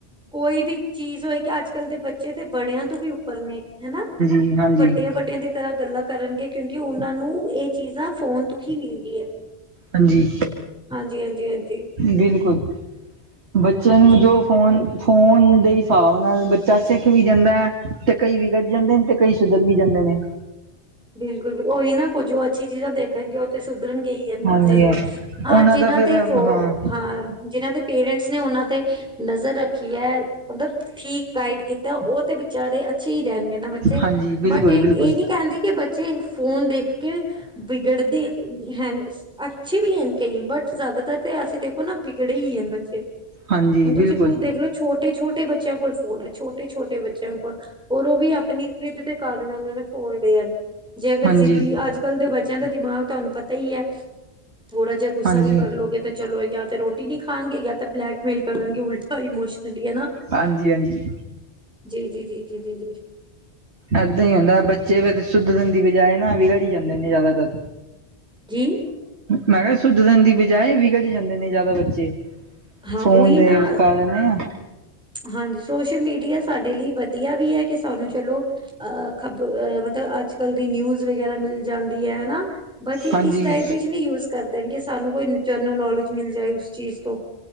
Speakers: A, in the centre; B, on the right.
A: ਕੋਈ ਵੀ ਚੀਜ਼ ਹੋਏਗੀ, ਅੱਜ ਕੱਲ੍ਹ ਦੇ ਬੱਚੇ ਤੇ ਬੜਿਆਂ ਤੋਂ ਵੀ ਉੱਪਰ ਨੇ ਹਨਾ।
B: ਜੀ ਹਾਂਜੀ।
A: ਵੱਡਿਆਂ-ਵੱਡਿਆਂ ਦੀ ਤਰ੍ਹਾਂ ਗੱਲਾਂ ਕਰਨਗੇ ਕਿਉਂਕਿ ਉਹਨਾਂ ਨੂੰ ਇਹ ਚੀਜ਼ਾਂ ਫੋਨ ਤੋਂ ਹੀ ਮਿਲਦੀ ਹੈ।
B: ਹਾਂਜੀ।
A: ਹਾਂਜੀ-ਹਾਂਜੀ, ਹਾਂਜੀ,
B: ਬਿਲਕੁਲ ਬੱਚਿਆਂ ਨੂੰ
A: ਜੀ-ਜੀ-ਜੀ।
B: ਜੋ ਫੋਨ। ਫੋਨ ਦੇ ਹਿਸਾਬ ਨਾਲ ਬੱਚਾ ਸਿੱਖ ਵੀ ਜਾਂਦਾ ਹੈ। ਤੇ ਕਈ ਵਿਗੜ ਜਾਂਦੇ ਨੇ ਤੇ ਕਈ ਸੁਧਰ ਵੀ ਜਾਂਦੇ ਨੇ।
A: ਬਿਲਕੁਲ ਉਹੀ ਨਾ ਕੁੱਝ ਉਹ ਅੱਛੀ ਚੀਜ਼ਾਂ ਦੇਖ। ਕਹਿਣਗੇ ਉੱਥੇ ਸੁਧਰਨ ਗਈ ਹਨ।
B: ਹਾਂਜੀ
A: ਜ਼ਰੂਰ ਹਾਂ
B: ਉਹਨਾਂ
A: ਜਿਨਾਂ
B: ਦਾ ਫਿਰ
A: ਤੇ ਫੋਨ
B: ਹਾਂ
A: ਹਾਂ। ਜਿਨਾਂ ਦੇ ਪੇਰੈਂਟਸ ਨੇ ਉਹਨਾਂ ਦੇ। ਨਜ਼ਰ ਰੱਖੀ ਹੈ। ਮਤਲਬ ਠੀਕ ਗਾਈਡ ਕੀਤਾ ਉਹ ਤੇ ਵਿਚਾਰੇ। ਅੱਛੇ ਹੀ ਰਹਿਣਗੇ ਨਾ ਬੱਚੇ
B: ਹਾਂਜੀ ਬਿਲਕੁਲ
A: ਬਟ ਇਹ
B: ਬਿਲਕੁਲ
A: ਇਹ ਨੀ ਕਹਿੰਦੇ। ਕਿ ਬੱਚੇ ਫੋਨ ਦੇਖ ਕੇ ਵਿਗੜਦੇ ਹੈ। ਅੱਛੇ ਵੀ ਹਨ ਕਈ ਬਟ। ਜ਼ਿਆਦਾਤਰ ਤੇ ਅਸੀਂ ਦੇਖੋ ਨਾ ਵਿਗੜੇ ਹੀ ਹੈ। ਬੱਚੇ
B: ਹਾਂਜੀ
A: ਹੁਣ ਤੁਸੀਂ
B: ਬਿਲਕੁਲ
A: ਖੁਦ ਦੇਖਲੋ ਛੋਟੇ ਛੋਟੇ ਬੱਚੇ। ਬੱਚਿਆਂ ਕੋਲ ਫੋਨ ਹੈ। ਛੋਟੇ ਛੋਟੇ ਬੱਚਿਆਂ ਕੋਲ ਔਰ ਉਹ ਵੀ ਆਪਣੀ ਜਿੱਧ ਦੇ ਕਾਰਨ ਉਹਨਾਂ ਨੇ। ਫੋਨ ਲਏ ਹੈ। ਜੇ ਅਗਰ
B: ਹਾਂਜੀ
A: ਜਿੱਦੀ ਅੱਜ। ਅੱਜ ਕੱਲ ਦੇ ਬੱਚਿਆਂ ਦਾ ਦਿਮਾਗ ਤੁਹਾਨੂੰ ਪਤਾ ਹੀ ਹੈ। ਥੋੜਾ ਜਿਹਾ ਗੁੱਸਾ
B: ਹਾਂਜੀ
A: ਵੀ ਕਰਲੋਗੇ ਤੇ ਚਲੋ ਜਾਂ ਫਿਰ ਰੋਟੀ। ਰੋਟੀ ਨਹੀਂ ਖਾਣਗੇ ਜਾਂ ਤਾਂ ਬਲੈਕਮੇਲ ਕਰਨਗੇ ਉਲਟਾ ਇਮੋਸ਼ਨਲੀ ਹੈ।
B: ਹਾਂਜੀ ਹਾਂਜੀ
A: ਜੀ ਜੀ ਜੀ ਜੀ ਜੀ ਜੀ।
B: ਏਦਾਂ ਹੀ ਹੁੰਦਾ ਹੈ। ਬੱਚੇ ਫੇਰ ਸੁਧਰਨ ਦੀ ਬਜਾਏ ਨਾ ਵਿਗੜੀ ਜਾਂਦੇ ਨੇ ਜ਼ਿਆਦਾਤਰ।
A: <unintelligible>
B: ਮੈਂ ਕਿਹਾ ਸੁਧਰਨ ਦੀ ਬਜਾਏ ਵਿਗੜ ਜਾਂਦੇ ਨੇ ਜ਼ਿਆਦਾ ਬੱਚੇ।
A: ਹਾਂ
B: ਫੋਨ
A: ਉਹੀ
B: ਦੇ
A: ਨਾ
B: ਕਾਰਨ ਆ।
A: ਹਾਂਜੀ ਸੋਸ਼ਲ ਮੀਡੀਆ ਸਾਡੇ ਲਈ ਵਧੀਆ ਵੀ ਹੈ। ਕਿ ਸਾਨੂੰ ਚਲੋ। ਅਹ ਖ਼ਬਰ ਮਤਲਬ ਅੱਜ ਕੱਲ ਦੀ ਨਿਊਜ਼। ਵਗੈਰਾ ਮਿਲ ਜਾਂਦੀ ਹੈ ਹਨਾ ਬੱਚੇ
B: ਹਾਂਜੀ
A: ਇਸ ਟਾਈਪ ਵਿਚ ਨਹੀਂ ਯੂਜ। ਕਰਦੇ ਨੇ ਕਿ ਸਾਨੂੰ ਕੋਈ ਜਨਰਲ ਨੌਲੇਜ ਮਿਲ ਜਾਏ ਉਸ ਚੀਜ਼ ਤੋਂ।